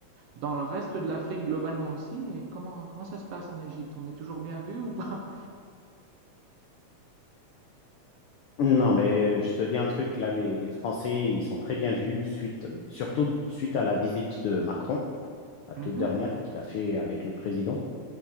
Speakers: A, on the right; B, on the left.
A: Dans le reste de l'Afrique, globalement aussi. Et comment, comment ça se passe en Égypte? On est toujours bien vu ou pas?
B: Non, mais euh, je te dis un truc, là, les, les Français, ils sont très bien vus, suite, surtout suite à la visite de Macron,
A: <laughs>
B: la toute
A: Mhm.
B: dernière qu'il a fait avec le président.